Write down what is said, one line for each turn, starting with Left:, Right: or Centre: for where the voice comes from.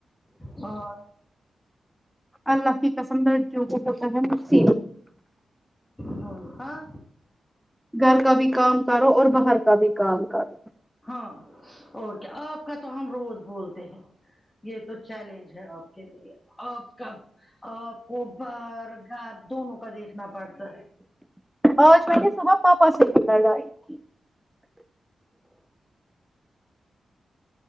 Left: ہاں
Centre: اللہ کی قسم درد جو ہوتا ہےف
Left: ہاں
Centre: گھر کا بھی کام کرو اور باہر کا بھی کام کرو
Left: ہاں اور کیا آپ کا تو ہم روز بولتے ہیں یہ تو چیلنج ہے آپ کے لیے آپ کا آپ کو باہر گھر دونوں کا دیکھنا پڑتا ہے
Centre: آج میں نے صبح پاپا سے بھی لڑائی کی